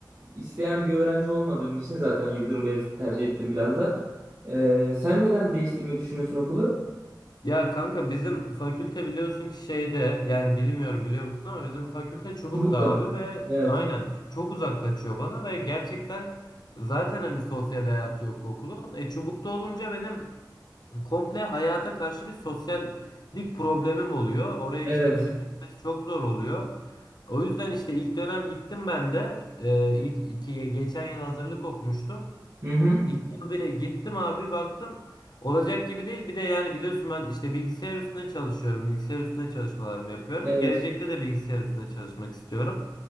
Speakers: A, on the right; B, on the left.
A: isteyen bir öğrenci olmadığım için zaten Yıldırım Beyazıt'ı tercih ettim biraz da. E, sen neden değiştirmeyi düşünüyorsun okulu?
B: Ya kanka bizim fakülte biliyorsun ki şeyde yani bilmiyorum biliyor musun ama bizim fakülte Çubuk'ta
A: Çubuk'ta mı?
B: abi ve
A: Evet.
B: aynen çok uzak kaçıyor bana ve gerçekten zaten hani sosyal hayatı yok okulun. E Çubuk'ta olunca benim Komple hayata karşı bir sosyallik problemim oluyor. Oraya
A: Evet.
B: işte gidip gitmesi çok zor oluyor. O yüzden işte ilk dönem gittim ben de. Ee, ilk iki, geçen yıl hazırlık okumuştum.
A: Hı hı.
B: İlk yıl bir gittim abi baktım olacak gibi değil. Bir de yani biliyorsun ben işte bilgisayar üstüne çalışıyorum. Bilgisayar üstüne çalışmalarımı yapıyorum.
A: Evet.
B: Gelecekte de bilgisayar üstüne çalışmak istiyorum.